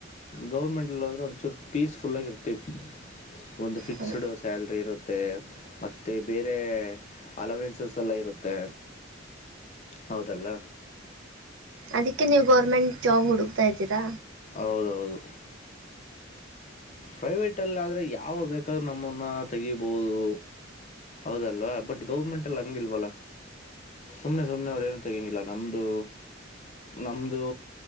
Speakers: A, on the left (about 35°); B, on the right (about 70°).
A: ಗೌರ್ಮೆಂಟಲ್ಲಿೋದ್ರೆ ಒಂಚೂರು ಪೀಸ್ಫುಲ್ಲಾಗಿ ಇರ್ತೀವಿ ಒಂದು ಫಿಕ್ಸ್ಡ್
B: ಹ್ಞೂ
A: ಸ್ಯಾಲ್ರಿ ಇರುತ್ತೆ ಮತ್ತು. ಮ ಬೇರೆ ಅಲವೆನ್ಸಸ್ ಎಲ್ಲ ಇರುತ್ತೆ ಹೌದಲ್ಲ.
B: ಅದಕ್ಕೆ ನೀವು ಗೌರ್ಮೆಂಟ್ ಜಾಬ್ ಹುಡುಕ್ತಾ ಇದ್ದೀರಾ
A: ಹೌದೌದು ಪ್ರೈವೇಟಲ್ಲ ಆದರೆ ಯಾವ ಬೇಕಾದರೂ ನಮ್ಮನ್ನು ತೆಗಿಬೋದು ಹೌದಲ್ವಾ ಬಟ್ ಗೌರ್ಮೆಂಟಲ್ಲಿ ಹಂಗಲ್ವಲ್ಲ ಸುಮ್ಮನೆ ಸುಮ್ಮನೆ ಅವ್್ರೇನುೂ ತೆಗಿಂಗಿಲ್ಲ ನಮ್ಮದು ನಮ್ಮದು